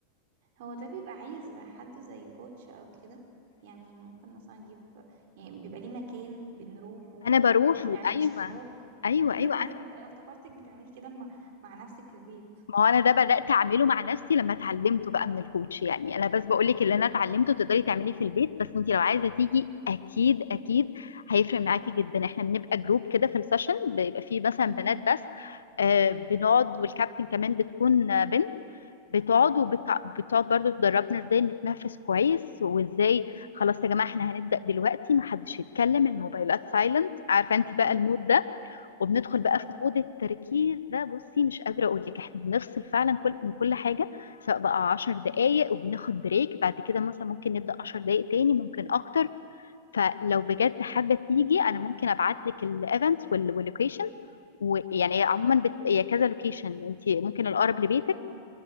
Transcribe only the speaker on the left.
انا بروح
وايوه
ايوه
ايوه
انا
ما هو انا ده بدات اعمله مع نفسي لما اتعلمته بقى من الكوتش يعني انا بس بقول لك اللي انا اتعلمته تقدري تعمليه في البيت بس انت لو عايزه تيجي اكيد اكيد هيفرق معاكي جدا احنا بنبقى جروب كده في السيشن بيبقى فيه مثلا
بنات بس آه بنقعد والكابتن كمان بتكون آه، بنت بتقعد وبتقعد برضو تدربنا ازاي نتنفس كويس وازاي خلاص يا جماعه احنا هنبدا دلوقتي محدش يتكلم الموبايلات سايلنت عارفه انت بقى المود ده وبندخل بقى
في مود التركيز ده بصي مش قادرة أقول لك إحنا بنفصل فعلا كل من كل حاجة سواء بقى عشر دقايق وبناخد بريك بعد كده مثلا ممكن نبدأ عشر دقايق تاني ممكن أكتر فلو بجد حابة تيجي أنا ممكن أبعت لك الإيفنتس واللوكيشن ويعني عموما بت... هي كذا لوكيشن أنت ممكن الأقرب لبيتك